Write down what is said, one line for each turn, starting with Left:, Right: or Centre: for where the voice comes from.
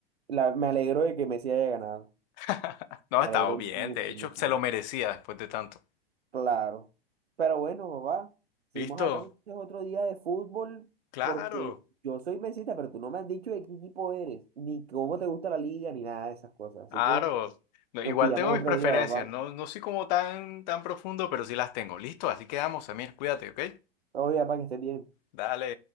Right: la- me alegro de que Messi haya ganado.
Left: <laughs> No,
Right: Me
Left: estaba
Right: alegro
Left: bien,
Right: mucho,
Left: de hecho,
Right: mucho,
Left: se
Right: mucho.
Left: lo merecía después de tanto.
Right: Claro. Pero bueno, papá, seguimos
Left: ¿Listo?
Right: hablando este otro día de fútbol
Left: Claro,
Right: porque yo soy mesita, pero tú no me has dicho de qué equipo eres, ni cómo te gusta la liga, ni nada de esas cosas. Así
Left: claro.
Right: que
Left: No,
Right: nos
Left: igual
Right: pillamos
Left: tengo mis
Right: otro
Left: preferencias,
Right: día, papá.
Left: no, no soy como tan, tan profundo, pero sí las tengo. ¿Listo? Así quedamos, Samir, cuídate, ¿ok?
Right: Todo bien, papá, que estés bien.
Left: Dale.